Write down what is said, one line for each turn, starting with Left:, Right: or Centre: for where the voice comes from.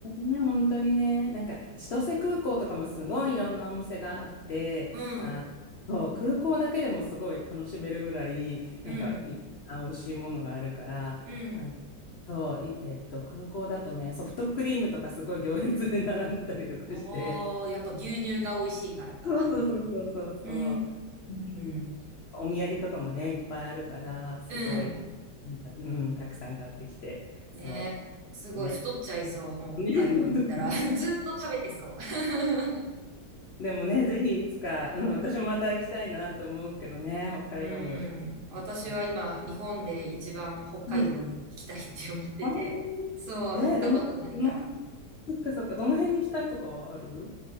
Left: ね、本当にね、なんか千歳空港とかもすごいいろんなお店があって、
Right: うん、
Left: あ、そう空港だけでもすごい楽しめるぐらい、
Right: うん、
Left: なんかいろんな美味しいものがあるから、
Right: うん。
Left: なんかそう、いえっと、空港だとね、ソフトクリームとかすごい行列で並んでたりとかして、
Right: おー、やっぱ牛乳が美味しいからか。
Left: そうそうそうそうそう、
Right: うん、
Left: うん
Right: うん、
Left: お土産とかもね、いっぱいあるから、すごい、
Right: うん。うん
Left: うん、たくさん買ってきて、そ
Right: ねすごい太っちゃいそう。
Left: うね。<laughs>
Right: もう北海道行ったら
Left: ね、本当に
Right: <laughs>。ずーっと食べてそう。
Left: でもね、ぜひいつか、うん、私もまた行きたいなと思うけどね、
Right: <laughs>
Left: 北海道も行き
Right: うん。私は今、
Left: たいな。
Right: 日本で一番北海道に行きたいって思ってて。
Left: うん。あ本当に
Right: そう、
Left: えーどの、
Right: 行ったことないから。
Left: どの、そっかそっか、どの辺に行きたいとかはある